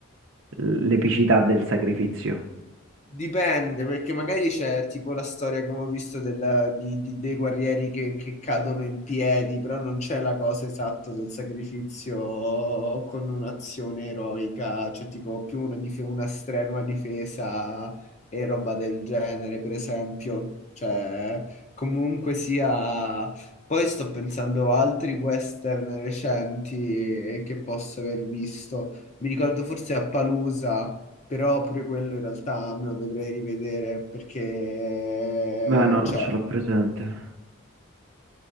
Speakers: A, on the right (about 70°); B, on the left (about 35°).
A: l'epicità del sacrificio.
B: Dipende, perché magari c'è tipo la storia che avevo visto della- di- di- dei guerrieri che, che cadono in piedi, però non c'è la cosa esatta del sacrificio con un'azione eroica, c'è tipo più una, dif- una strenua difesa e roba del genere, per esempio. Cioè, comunque sia... Poi sto pensando a altri western recenti eh, che posso aver visto. Mi ricordo forse a Palusa però pure quello in realtà me lo dovrei rivedere perché,
A: Ma no, non
B: cioè,
A: ce l'ho presente.